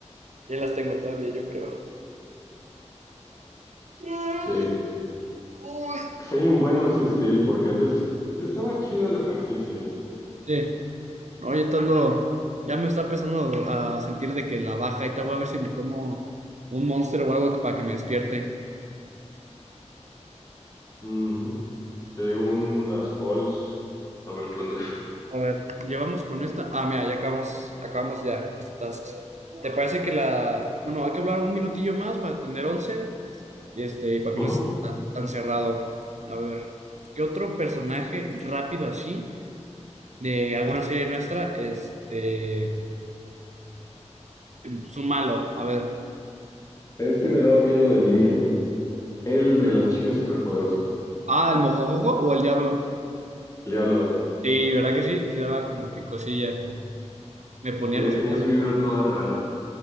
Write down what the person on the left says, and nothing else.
Se
extraña un buen Max Steel porque antes estaba chida la franquicia.
Ujú. Te digo unas halls, a ver qué onda.
Ujú.
Este me daba miedo de niño. El de las chicas superpoderosas.
El diablo.
Sí,
tenía su
vibra toda rara.